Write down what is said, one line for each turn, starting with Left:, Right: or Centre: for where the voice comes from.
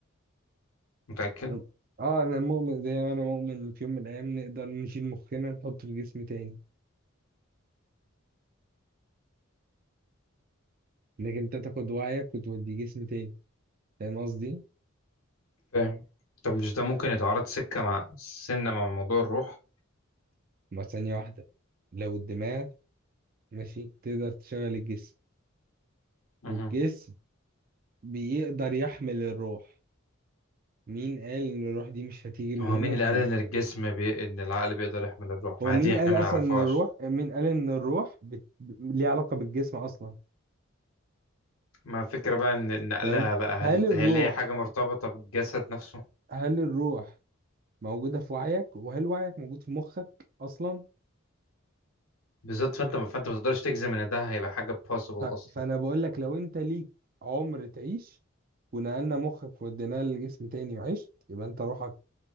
Left: متأكد
Right: طب- اه انا مؤمن زي ما انا مؤمن ان في يوم من الايام نقدر نشيل مخنا نحطه في جسم تاني انك انت تاخد وعيك وتوديه جسم تاني فاهم قصدي؟
Left: فاهم طب مش ده ممكن يتعارض سكة مع سنة مع موضوع الروح
Right: ما ثانية واحدة لو الدماغ ماشي تقدر تشغل الجسم
Left: مهم.
Right: والجسم بيقدر يحمل الروح مين قال ان الروح دي مش هتيجي من
Left: هو
Right: هنا
Left: مين اللي
Right: لهنا؟
Left: قال ان الجسم بي... ان العقل بيقدر يحمل الروح
Right: هو
Left: ما
Right: مين
Left: دي احنا
Right: قال
Left: ما
Right: اصلا
Left: نعرفهاش
Right: ان الروح مين قال ان الروح بت... ليها علاقة بالجسم اصلا
Left: ما الفكرة بقى ان إن نقلها
Right: فاهم؟
Left: بقى
Right: هل
Left: هل
Right: الروح
Left: هل هي حاجة مرتبطة بالجسد نفسه
Right: هل الروح موجودة في وعيك وهل وعيك موجود في مخك اصلا؟
Left: بالظبط فانت فانت ما تقدرش تجزم ان ده هيبقى حاجة possible
Right: ف... فانا
Left: اصلا
Right: بقول لك لو انت ليك عمر تعيش ونقلنا مخك وديناه لجسم تاني وعشت يبقى انت روحك